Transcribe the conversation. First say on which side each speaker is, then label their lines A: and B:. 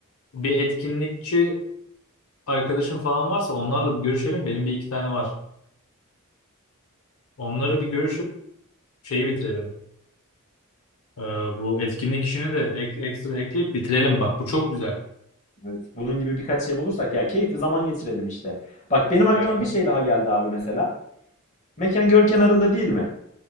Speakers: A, on the left; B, on the left.
A: bir etkinlikçi arkadaşın falan varsa onlarla bir görüşelim. Benim bir iki tane var. Onları bir görüşüp şeyi bitirelim. Ee, bu etkinlik işini de ek- ekstra ekleyip bitirelim bak. Bu çok güzel.
B: Evet, bunun gibi birkaç şey bulursak ya keyifli zaman geçirelim işte. Bak benim aklıma
A: Evet.
B: bir şey daha geldi abi mesela. Mekan göl kenarında değil mi?